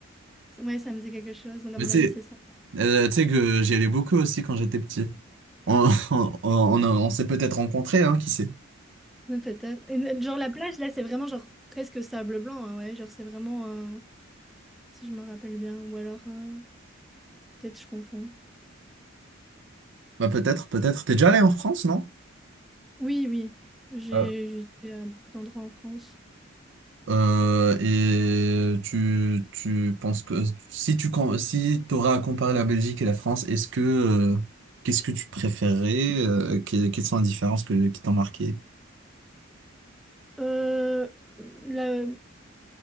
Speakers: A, in the centre; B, on the right.
A: C'est- Ouais, ça me dit quelque chose. Donc à
B: Mais
A: mon
B: c'est,
A: avis, c'est ça.
B: euh, tu sais que j'y allais beaucoup aussi quand j'étais petit. On, <laughs> on, on, on s'est peut-être rencontrés, hein, qui sait?
A: Ouais, Peut-être. Et, euh, genre la plage, là, c'est vraiment genre presque sable blanc, hein, ouais. Genre c'est vraiment, euh, si je me rappelle bien, ou alors euh, peut-être je confonds.
B: Bah peut-être, peut-être. T'es déjà allé en France, non?
A: Oui, oui. J'ai
B: Euh,
A: j'étais à beaucoup d'endroits en France.
B: euh, et tu, tu penses que si tu com- si t'auras à comparer la Belgique et la France, est-ce que euh, qu'est-ce que tu préférerais? euh, que- quelles sont les différences que, qui t'ont marqué?
A: Euh, la-